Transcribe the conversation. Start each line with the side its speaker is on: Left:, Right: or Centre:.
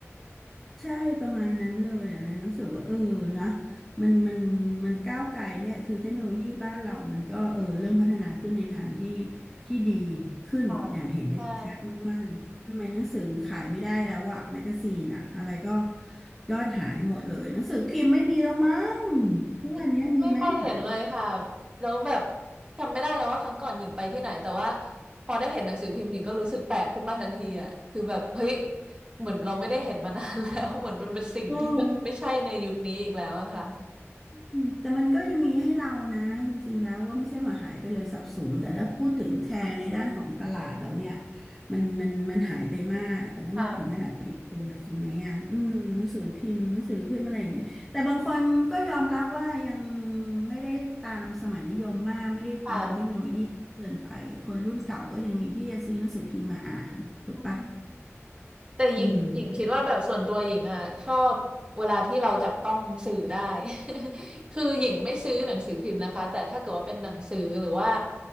Centre: ใช่ประมาณนั้นเลยอะไรรู้สึกว่าเออนะมันมันมันก้าวไกลเนี่ยคือเทคโนโลยีบ้านเรามันก็เออเริ่มพัฒนาขึ้นในทางที่ที่ดี
Right: <laughs>
Centre: ขึ้นอย่างเห็นได้ชัดมากๆ
Right: ค่ะใช่
Centre: ทำไมหนังสือขายไม่ได้แล้วอะแมกกาซีนอะอะไรก็ยอดหายหมดเลยหนังสือพิมพ์ไม่มีแล้วมั้งทุกวันเนี้ยมีไหมอะ
Right: อืมไม่ค่อยเห็นเลยค่ะแล้วแบบจำไม่ได้แล้วว่าครั้งก่อนหญิงไปที่ไหนแต่ว่าพอได้เห็นหนังสือพิมพ์หญิงก็รู้สึกแปลกขึ้นมาทันทีอ่ะคือแบบเฮ้ยเหมือนเราไม่ได้เห็นมานานแล้ว <laughs> เหมือนมันเป็นสิ่งที่มันไม่ใช่ในยุคนี้อีกแล้วอะค่ะ
Centre: เออ อืมแต่มันก็ยังมีให้เรานะจริงๆแล้วว่าไม่ใช่ว่าหายไปเลยสับสูญแต่ถ้าพูดถึงแชร์ในด้านของตลาดแล้วเนี่ยมันมันมันหายไปมากแต่ก็ไม่ถึงขนาดปิดตัวจริงไหมอ่ะอืมหนังสือพิมพ์หนังสือพิมพ์อะไรอย่างเงี้ยแต่บางคนก็ยอมรับว่ายัง
Right: ค่ะ
Centre: ไม่ได้ตามสมัยนิยมมากไม่ได้ตามเทคโนโลยีเกินไปคนรุ่นเก่าก็ยังมีที่จะซื้อหนังสือพิมพ์มาอ่านถูกปะ
Right: ค่ะอืม แต่หญิงหญิงคิดว่าแบบส่วนตัวหญิงอ่ะชอบเวลาที่เราจับต้องสื่อได้
Centre: อืม
Right: <laughs> คือหญิงไม่ซื้อหนังสือพิมพ์นะคะแต่ถ้าเกิดว่าเป็นหนังสือหรือว่า